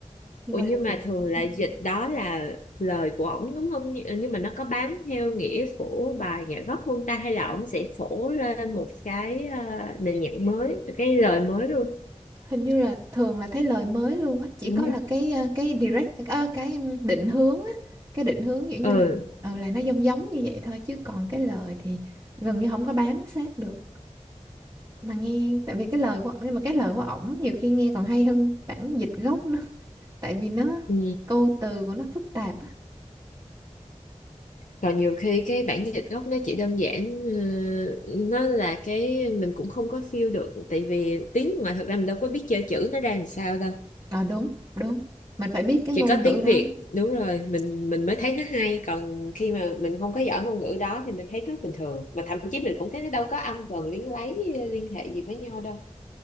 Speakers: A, on the right (about 30°); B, on the left (about 85°).
A: nhưng
B: Ủa
A: mà lời
B: nhưng mà
A: thì
B: thường
A: cũng
B: là
A: cao
B: dịch đó là lời của ổng đúng không Như- nhưng mà nó có bán theo nghĩa của bài nhạc gốc không ta hay là ổng sẽ phổ lên một cái ờ, nền nhạc mới cái lời mới luôn
A: hình như là thường là thấy lời mới luôn á chỉ
B: Ừ.
A: có là cái ờ, cái direct ờ, cái ừm, định hướng á cái định hướng kiểu như
B: ừ,
A: là ừ là nó giống giống như vậy thôi chứ còn cái lời thì gần như không có bám sát được mà nghe tại vì cái lời của ổng nhưng mà cái lời của ổng nhiều khi nghe còn hay hơn bản dịch gốc nữa tại vì nó
B: ừ.
A: câu từ của nó phức tạp á
B: còn nhiều khi cái bản dịch gốc nó chỉ đơn giản ờ, nó là cái mình cũng không có feel được tại vì tiếng ngoài thật ra mình đâu có biết chơi chữ nó ra làm sao đâu
A: Ờ đúng, đúng. Mình phải biết cái
B: chỉ
A: ngôn
B: có
A: ngữ
B: tiếng
A: đó.
B: Việt đúng rồi mình mình mới thấy nó hay còn khi mà mình không có giỏi ngôn ngữ đó thì mình thấy rất bình thường mà thậm chí mình cũng thấy nó đâu có âm vần liếng lấy ờ, liên hệ gì với nhau đâu